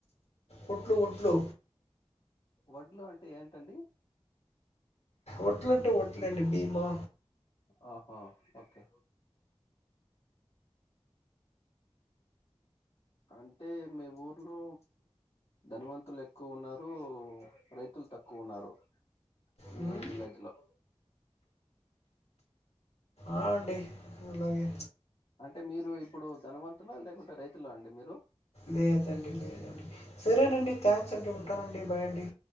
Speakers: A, on the left (about 80°); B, on the left (about 60°).
A: వడ్లు వడ్లు
B: వడ్లో అ అంటే ఏంటండి
A: వడ్లు అంటే వడ్లండి భీమా
B: ఓ ఒ ఓకే అంటే మీ ఊర్లో ధనవంతులు ఎక్కువ ఉన్నారు రైతులు తక్కువ ఉన్నారు
A: ఉమ్,
B: మీ విలేజ్ లో
A: ఆ అండి అలాగే
B: అంటే మీరు ఇప్పుడు ధనవంతులా లేకుంటే రైతులా అండి మీరు
A: లేదండి లేదండి సరేనండి థ్యాంక్స్ అండి ఉంటానండి బాయ్ అండి